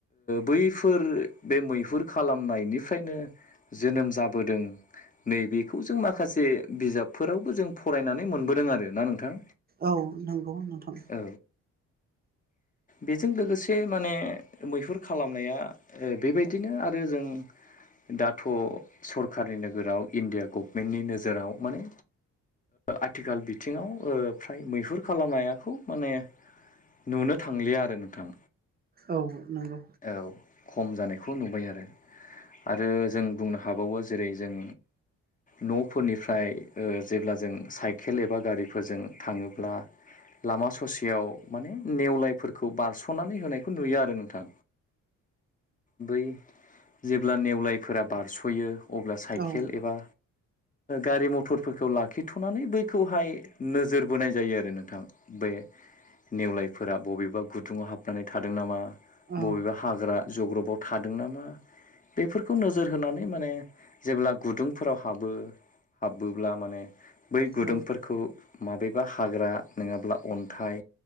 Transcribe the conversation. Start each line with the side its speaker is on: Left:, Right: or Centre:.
Left: बैफोर बे मैहुर खालामनायनिफ्रायनो जोनोम जाबोदों नैबेखौ जों माखासे बिजाबफोरावबो जों फरायनानै मोनबोदों आरोना नोंथां
Right: औ नंगौ नोंथां
Left: औ बेजों लोगोसे माने मैहुर खालामनाया बेबायदिनो आरो जों दाथ' सरकारनि नोगोराव इण्डिया गभमेन्टनि नोजोराव माने आथिखाल बिथिङाव फ्राय मैहुर खालामनायाखौ माने नुनो थांलिया आरो नोंथां
Right: औ औ नंगौ
Left: औ खम जानायखौ नुबाय आरो आरो जों बुंनो हाबावो जेरै जों न'फोरनिफ्राय जेब्ला जों साइकेल एबा गारिफोरजों थाङोब्ला लामा ससेयाव माने नेवलायफोरखौ बारस'नानै होनायखौ नुयो आरो नों थां बै जेब्ला नेवलायफोरा बारस'यो अब्ला साइकेल
Right: औ
Left: एबा गारि मथरफोरखौ लाखिथ'नानै बैखौहाय नोजोर बोनाय जायो आरो नोंथां बे नेवलायफोरा बबेबा गुदुङाव हाबनानै थादों नामा
Right: औ
Left: बबेबा हाग्रा जग्रबाव थादों नामा बेफोरखौ नोजोर होनानै माने जेब्ला गुदुंफोराव हाबो हाबबोब्ला माने बै
Right: औ
Left: गुदुंफोरखौ माबेबा हाग्रा नङाब्ला अन्थाइ